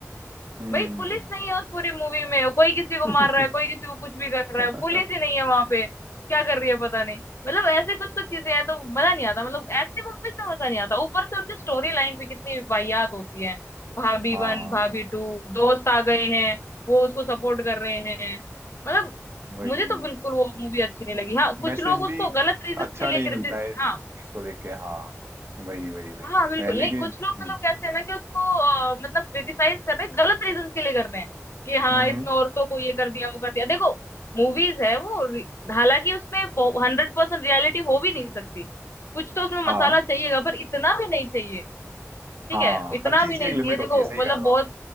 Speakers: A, on the right; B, on the left.
A: हम्म
B: भाई पुलिस नहीं है उस पूरी मूवी में कोई किसी को
A: <laughs>
B: मार रहा है कोई किसी को कुछ भी कर
A: <laughs>
B: रहा है पुलिस ही नहीं है वहां पे क्या कर रही है पता नहीं मतलब ऐसे कुछ कुछ चीजें हैं तो मजा नहीं आता मतलब ऐसे मूवीज में मजा नहीं आता ऊपर से उनकी स्टोरी लाइन भी कितनी वाहियात होती है भाभी
A: हाँ
B: वन भाभी टू दोस्त आ गए हैं वो उसको सपोर्ट कर रहे हैं मतलब
A: वही
B: मुझे तो बिल्कुल वो मूवी अच्छी नहीं लगी हाँ कुछ
A: मैसेज
B: लोग
A: भी
B: उसको गलत रीजन
A: अच्छा
B: के लिए
A: नहीं
B: क्रिटिस
A: मिलता है मूवीज
B: हाँ
A: को देख के हाँ वही वही वही
B: हाँ बिल्कुल
A: पहले
B: नहीं
A: की
B: कुछ लोग
A: हम्म
B: मतलब कैसे है ना कि उसको अ, मतलब क्रिटिसाइज कर रहे हैं, गलत रीजन के लिए कर रहे हैं कि हाँ
A: हम्म
B: इसमें
A: हम्म।
B: औरतों को ये कर दिया वो कर दिया देखो मूवीज है वो रि- हालांकि उसमें हंड्रेड परसेंट रियलिटी हो भी नहीं सकती कुछ तो उसमें
A: हाँ
B: मसाला चाहिएगा पर इतना भी नहीं चाहिए ठीक
A: हाँ
B: है इतना
A: हर चीज
B: भी
A: की
B: नहीं
A: एक लिमिट
B: चाहिए देखो
A: होती है सही
B: मतलब
A: कह रहे हो
B: बहुत
A: आप